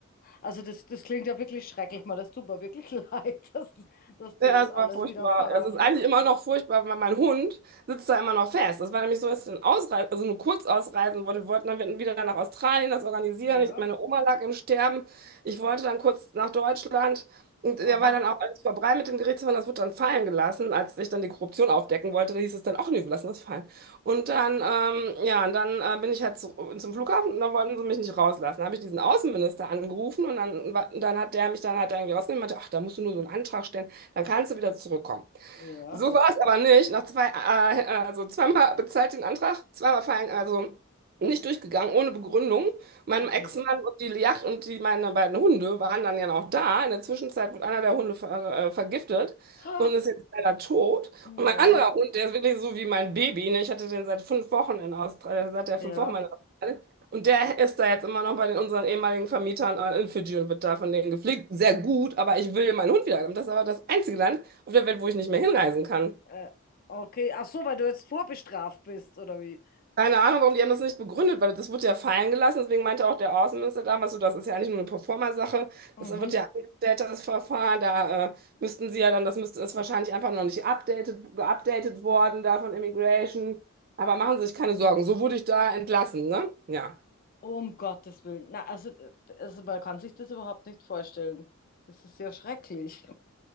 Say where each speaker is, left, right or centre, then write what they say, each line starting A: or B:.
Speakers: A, on the left; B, on the right.
A: Also das, das klingt ja wirklich schrecklich, mal. Das tut mir wirklich <laughs> leid, dass, dass dir
B: Ja,
A: das
B: es
A: alles
B: war furchtbar.
A: widerfahren
B: Also, Es ist eigentlich
A: ist.
B: immer noch furchtbar, weil mein Hund sitzt da immer noch fest. Das war nämlich so, dass ich dann ausreisen, also nur kurz ausreisen wollte. Wir wollten dann wieder nach Australien das organisieren.
A: Ja,
B: Ich, meine Oma lag im Sterben. Ich wollte dann kurz nach Deutschland. Und der
A: aha,
B: war dann auch alles vorbei mit dem Gerichtsverfahren. Das wurde dann fallen gelassen. Als ich dann die Korruption aufdecken wollte, da hieß es dann auch, nee, wir lassen das fallen. Und dann, ähm, ja, und dann äh, bin ich halt zu, zum Flughafen und dann wollten sie mich nicht rauslassen. Da habe ich diesen Außenminister angerufen und dann, war- dann hat der mich dann hat er irgendwie rausgenommen und meinte, ach, da musst du nur so einen Antrag stellen dann kannst du wieder zurückkommen.
A: ja,
B: So war es aber nicht. Nach zwei, äh, also zweimal bezahlt den Antrag, zweimal fallen, also nicht durchgegangen, ohne Begründung. Mein
A: okay.
B: Ex-Mann und die Yacht und die, meine beiden Hunde waren dann ja noch da. In der Zwischenzeit wurde einer der Hunde ver, äh, vergiftet
A: <gasps> Ah,
B: und ist jetzt leider tot.
A: No,
B: Und mein anderer Hund, der ist wirklich so wie mein Baby, ne? Ich hatte den seit fünf Wochen in Australien, seit der fünf
A: ja,
B: Wochen in Australien. Und der ist da jetzt immer noch bei den, unseren ehemaligen Vermietern äh, in Fidschi und wird da von denen gepflegt. Sehr gut, aber ich will meinen Hund wieder haben. Das ist aber das einzige Land, auf der Welt, wo ich nicht mehr hinreisen kann.
A: äh, okay. Ach so, weil du jetzt vorbestraft bist, oder wie?
B: Keine Ahnung, warum die haben das nicht begründet, weil das wurde ja fallen gelassen. Deswegen meinte auch der Außenminister damals, so, das ist ja eigentlich nur eine Proforma-Sache.
A: Mhm.
B: Das wird ja angestellt, das Verfahren. Da äh, müssten sie ja dann, das müsste, ist wahrscheinlich einfach noch nicht updated, geupdatet worden da von Immigration. Aber machen Sie sich keine Sorgen. So wurde ich da entlassen, ne? Ja.
A: Um Gottes Willen. Na, also, d- also man kann sich das überhaupt nicht vorstellen. Das ist ja schrecklich.